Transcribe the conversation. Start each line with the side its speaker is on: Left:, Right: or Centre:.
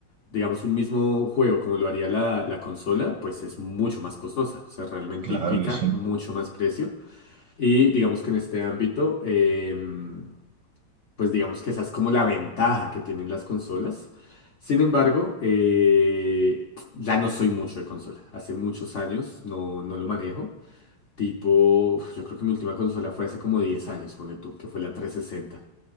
Left: digamos, un mismo juego como lo haría la, la consola, pues es mucho más costosa. O sea, realmente
Right: Claro
Left: implica
Right: que sí.
Left: mucho más precio. Y digamos que en este ámbito, em, pues digamos que esa es como la ventaja que tienen las consolas. Sin embargo, eh, ya no soy mucho de consola. Hace muchos años no, no lo manejo. Tipo, uf, yo creo que mi última consola fue hace como 10 años, ponle tú, que fue la 360.